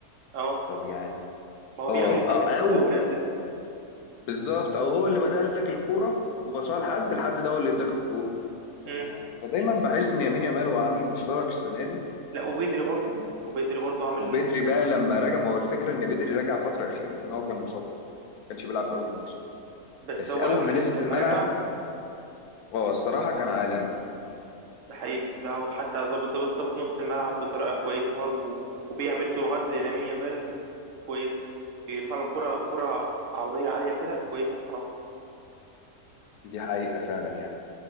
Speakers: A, on the right (about 60°); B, on the left (about 85°).
A: اه
B: طب يعني
A: ما هو
B: أه
A: بيعمل
B: أو,
A: اسيست
B: أو
A: او بري اسيست
B: بالظبط أو هو اللي بدأ لك الكورة وبصاها لحد الحد ده هو اللي اداك الكورة.
A: امم
B: هقولك. فدايما بحس ان يمين يامال هو عامل مشترك السنه دي
A: لا وبيدري
B: ومن
A: برضه وبيدري برضه عامل
B: وبدري
A: الموسم
B: بقى لما رجع ما هو الفكره ان بدري رجع فتره اخيره لان هو كان مصاب اصلا ما كانش بيلعب في اول الموسم
A: بس
B: بس
A: هو
B: اول
A: لما
B: ما نزل
A: نز- لما
B: في الملعب
A: رجع
B: اه الصراحه كان عالمي
A: ده حقيقي ده هو حتى ظابط ظابط ظابط نص الملعب بطريقه كويسه خالص و- وبيعمل سيروهات للامين يامال كويس بيرفع له كره كره عرضيه عاليه كده كويسه بصراحه
B: دي حقيقه فعلا يعني